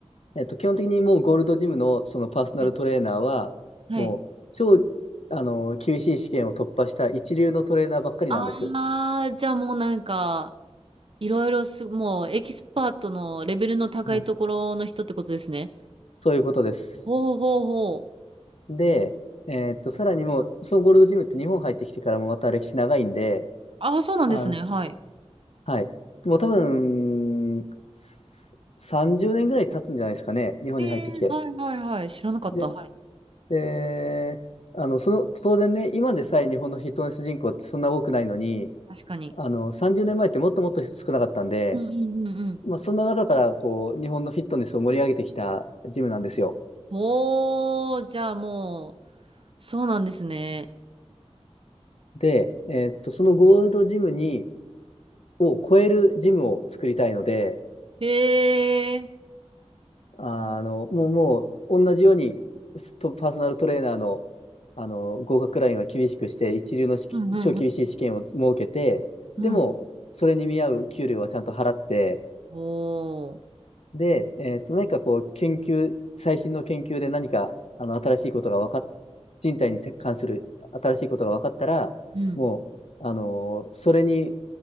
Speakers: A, on the left; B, on the right.
A: えっと、基本的にもうゴールドジムのそのパーソナルトレーナーは、
B: えはい。
A: もう超、あの、厳しい試験を突破した一流のトレーナーばっかりなんです。
B: ああ、じゃあもうなんか、いろいろす、もうエキスパートのレベルの高いところの人ってことですね。
A: はいそういうことです。
B: ほうほうほう。
A: で、えっと、さらにもう、そのゴールドジムって日本入ってきてからもまた歴史長いんで、
B: ああ、そうなんですね。
A: あの、
B: はい。
A: はい。もう多分、30年ぐらい経つんじゃないですかね、日本に入ってきて。
B: ええはいはいはい。知らなかった。
A: で、
B: はい。
A: で、あの、その、当然ね、今でさえ日本のフィットネス人口ってそんな多くないのに、
B: 確かに。
A: あの、30年前ってもっともっと少なかったんで、
B: うんうんうんうん。
A: まあ、そんな中からこう、日本のフィットネスを盛り上げてきたジムなんですよ。
B: おー、じゃあもう、そうなんですね。
A: で、えーっと、そのゴールドジムに、を超えるジムを作りたいので、
B: へえ。
A: あの、もう、もう、同じように、ストパーソナルトレーナーの、あの、合格ラインは厳しくして、一流の試験超厳しい試験を設けて、
B: うんうんうんうん。
A: でも、それに見合う給料はちゃんと払って、
B: おー。
A: で、えっと、何かこう、研究、最新の研究で何か、あの、新しいことが分かっ、人体に関する新しいことが分かったら、
B: うん。
A: もう、あのーそれに